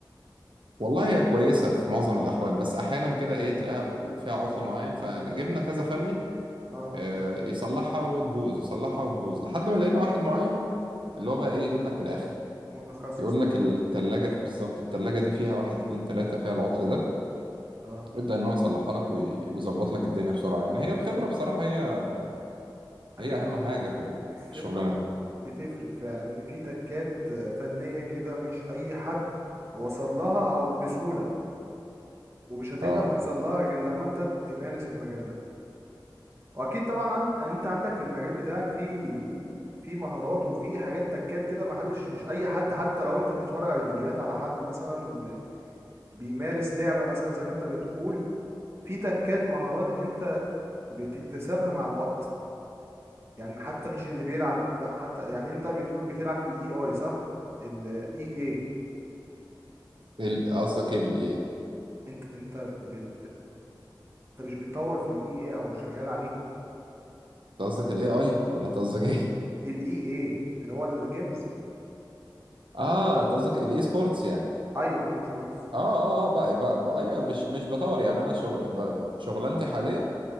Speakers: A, on the right (about 85°); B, on the right (about 30°).
A: والله هي كويسة في معظم الأحوال بس أحيانا كده إيه تلاقيها ب- فيها عطل معين فجبنا كذا فني
B: اه
A: آه، يصلحها وتبوظ يصلحها وتبوظ لحد ما لقينا واحد معين اللي هو بقى إيه يجيب لك من الآخر
B: متخصص
A: يقول
B: فيها
A: لك التلاجة بالظبط التلاجة دي فيها واحد اتنين تلاتة فيها العطل ده
B: اه
A: يبدأ إن هو يصلحها لك وي- ويظبط لك الدنيا بسرعة يعني هي الخبرة بصراحة هي
B: اكيد
A: هي أهم
B: طبعا
A: حاجة في
B: الخبره
A: الشغلانة دي
B: بتفرق فعلا ان في تكات فنيه كده مش اي حد وصل لها او بسهوله ومش هتقدر
A: أه
B: اه توصل لها غير لما انت تمارس المجال ده واكيد طبعا عن... يعني انت عندك في المجال بتاعك في في مهارات وفي حاجات تكات كده ما حدش مش اي حد حتى لو انت بتتفرج على فيديوهات على حد مثلا ب... بيمارس لعبه مثلا زي ما انت بتقول في تكات مهارات انت بتكتسبها مع الوقت يعني حتى مش اللي بيلعب لا حتى يعني انت بتقول بتلعب في الاي اي صح الاي اي
A: ال- قصدك إيه بالإيه
B: انت انت بت انت مش بتطور في الاي اي او شغال عليه
A: انت قصدك الاي اي ولا انت قصدك ايه
B: الاي اي اللي هو الجيمز
A: <laughs> اه انت قصدك الاي سبورتس يعني
B: ايوه اي سبورتس
A: اه اه اه بقى بقى, بقى ايوه مش مش بطور يعني انا شغ... ب- شغلانتي حاليا